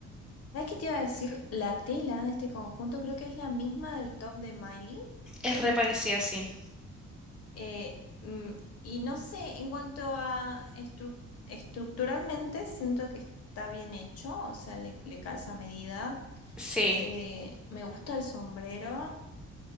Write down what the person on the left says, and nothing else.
¿Sabes qué te iba a decir? La tela de este conjunto creo que es la misma del top de Miley.
Eh, mm, y no sé, en cuanto a estru- estructuralmente, siento que está bien hecho. O sea, le, le calza a medida.
Eh, me gusta el sombrero,